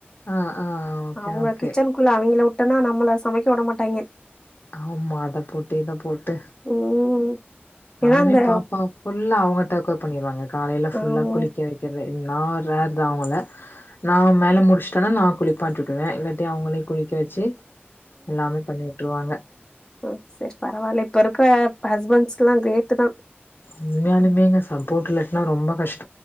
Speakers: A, on the left (about 60°); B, on the left (about 20°).
A: ஆ ஆ ஓகே
B: அவுங்க
A: ஓகே.
B: கிச்சன்க்குள்ள அவுங்கள ட்டேனா நம்மள சமைக்க விட மாட்டாங்கே
A: ஆமா அத போட்டு இத போட்
B: ம்
A: நானுமே
B: ஏன்னா அந்த
A: பாப்பா ஃபுல்லா அவுங்க டேக் கேர் பண்ணிருவாங்க காலையில ஃபுல்லா
B: ஆஹ்
A: குளிக்க வைக்கிற நா ரேர்தான் அவுங்கள நான் மேல முடிச்சுட்டன்னா நான் குளிப்பாட்டுவேன் இல்லாட்டி அவுங்கள குளிக்க வச்சு எல்லாமே பண்ணி விட்டுருவாங்க
B: ஓ செரி பரவால்ல இப்ப இருக்கற ஹஸ்பண்ட்ஸ் எல்லாம் கிரேட்டு தான்
A: உண்மையாலுமே எங்க சப்போர்ட் இல்லனா ரொம்ப கஷ்